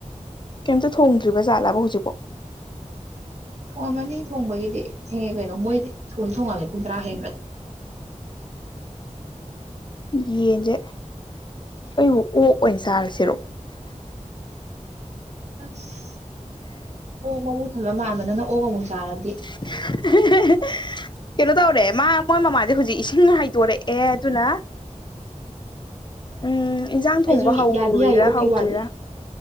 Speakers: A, on the left (about 35°); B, on the right (about 60°).
A: ꯀꯩꯝꯇ ꯊꯣꯡꯗ꯭ꯔꯤꯕ ꯖꯥꯠꯂꯕ ꯍꯧꯖꯤꯛꯐꯧ꯫
B: ꯊꯣꯡꯉꯝꯅꯤ ꯊꯣꯡꯕꯒꯤꯗꯤ ꯊꯦꯡꯉꯦ ꯀꯩꯅꯣ ꯃꯣꯏꯗꯤ ꯊꯣꯡꯗꯤ ꯊꯣꯡꯉꯝꯅꯤ ꯄꯨꯡ ꯇꯔꯥ ꯍꯦꯟꯒ꯭ꯔꯗꯤ꯫
A: ꯌꯦꯟꯁꯦ ꯑꯩꯕꯨ ꯑꯣꯛ ꯑꯣꯏꯅ ꯆꯥꯔꯁꯤꯔꯣ?
B: ꯑꯁ ꯑꯣꯛ ꯃꯕꯨꯨꯛ ꯊꯟꯕ ꯃꯥꯟꯕ ꯅꯪꯅ ꯑꯣꯛ ꯑꯃꯨꯛ ꯆꯥꯔꯗꯤ
A: <unintelligible> ꯍ ꯍ ꯍ ꯍ ꯀꯩꯅꯣ ꯇꯧꯔꯦ ꯃꯥ ꯃꯣꯏ ꯃꯃꯥꯁꯦ ꯍꯧꯖꯤꯛ ꯏꯁꯤꯡ ꯍꯩꯗꯣꯔꯛꯑꯦ ꯑꯗꯨꯅ ꯎꯝ ꯏꯟꯁꯥꯡ ꯊꯣꯡꯕ
B: ꯑꯩꯁꯨ
A: ꯍꯧꯔꯤꯔꯥ
B: ꯌꯥꯗꯤ ꯌꯥꯏꯌꯦ ꯑꯣꯛꯀꯤ
A: ꯍꯧꯗ꯭ꯔꯤꯔꯥ?
B: ꯋꯥꯗꯤ